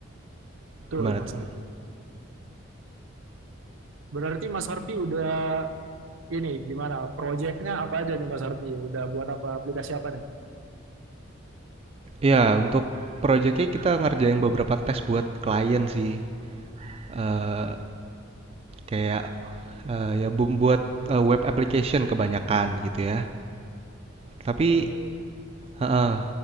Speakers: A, on the right; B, on the right.
A: betul,
B: Gimana
A: Mas
B: tuh?
A: Harfi. Berarti Mas Harfi udah ini gimana? Proyeknya apa aja nih, Mas Harfi? Udah buat apa aplikasi apa nih?
B: Iya, untuk proyeknya kita ngerjain beberapa tes buat klien sih. Eh kayak eh, ya bu- buat eh, web application kebanyakan gitu ya. Tapi
A: Oke.
B: heeh,